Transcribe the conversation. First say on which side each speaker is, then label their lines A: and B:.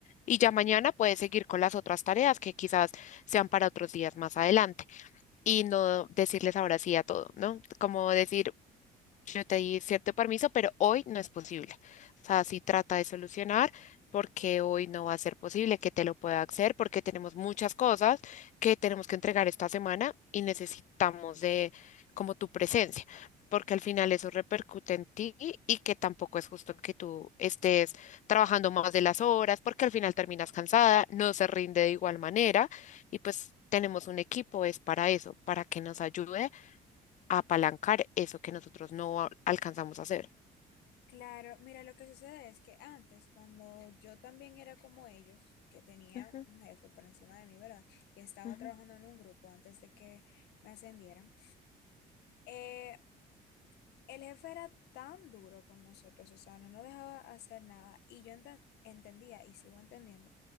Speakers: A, on the left; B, on the left.
A: Y ya mañana puedes seguir con las otras tareas que quizás sean para otros días más adelante y no decirles ahora sí a todo, ¿no? Como decir, yo te di cierto permiso, pero hoy no es posible. O sea, sí trata de solucionar porque hoy no va a ser posible que te lo pueda hacer porque tenemos muchas cosas que tenemos que entregar esta semana y necesitamos de como tu presencia, porque al final eso repercute en ti y que tampoco es justo que tú estés trabajando más de las horas porque al final terminas cansada, no se rinde de igual manera y pues tenemos un equipo, es para eso, para que nos ayude apalancar eso que nosotros no alcanzamos a hacer.
B: Claro, mira, lo que sucede es que antes, cuando yo también era como ellos, que tenía
A: Ujú,
B: un jefe por encima de mí, ¿verdad? Y estaba
A: ujú,
B: trabajando en un grupo antes de que me ascendieran, eh, El jefe era tan duro con nosotros, o sea, no nos dejaba hacer nada. Y yo ente- entendía, y sigo entendiendo,